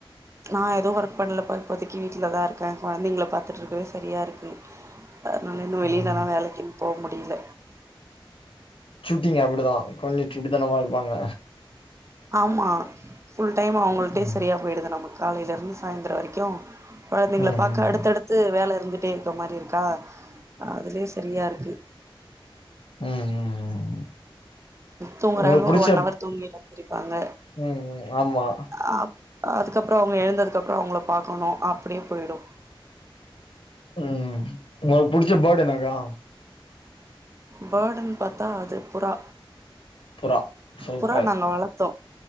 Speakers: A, on the right; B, on the left.
A: நா எதுவு ஒர்க் பண்லப்பா இப்போதைக்கு வீட்ல தா இருக்கே குழந்தைங்களை பாத்துட்டு இருக்கவே சரியா இருக்கு அதனால இன்னு வெளியிலன்னா
B: ம்
A: வேலைக்கின் போ முடியில
B: சுட்டிங்க அப்டிதா கொஞ்ச சுட்டித்தனமா இருப்பாங்க
A: ஆமா ஃபுல் டைம் அவங்கள்ட்டே
B: ம்
A: சரியா போயிடுது நம்ம காலையில இருந்து சாயந்தர வரைக்கு கொழந்தைங்கள
B: ம்
A: பாக்க
B: ம்
A: அடுத்தடுத்து வேல இருந்துட்டே ருக்க மாரி இருக்கா அதுலே சரியா இருக்கு
B: ம் ம் ம்
A: தூங்குறாங்க
B: உங்களுக்கு புடிச்ச
A: ஒரு ஒன் அவர் தூங்கி எந்திரிப்பாங்க
B: ம் ம் ஆமா
A: அ அதுக்கப்புற அவங்க எழுந்ததுக்கப்புற அவங்கள பாக்கணு அப்டியே போய்டு
B: ம் ஒங்களுக்கு புடிச்ச பாட்டு என்னக்கா
A: பேர்டுன்னு பாத்தா அது புறா
B: புறா சூப்பர்
A: புறா நாங்க வளத்தோ